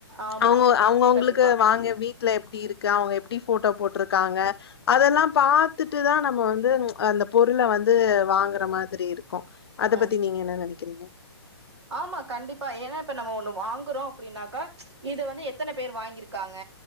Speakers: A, on the right; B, on the left.
A: ஆமா
B: அவுங்கோ அவுங்கவுங்களுக்கு
A: கண்டிப்பா
B: வாங்க வீட்டுல எப்டி இருக்கு அவங்க எப்டி போட்டோ போட்ருக்காங்க அதெல்லா பாத்துட்டுதா நம்ம வந்து அந்த பொருளை வந்து வாங்குற மாதிரி இருக்கும் அத
A: ஆ
B: பத்தி நீங்க என்ன நெனக்கிறீங்க.
A: ஆமா கண்டிப்பா ஏன்னா இப்ப நம்ம ஒண்ணு வாங்குறோ அப்புடின்னாக்கா இது வந்து எத்தன பேர் வாங்கிருக்காங்க.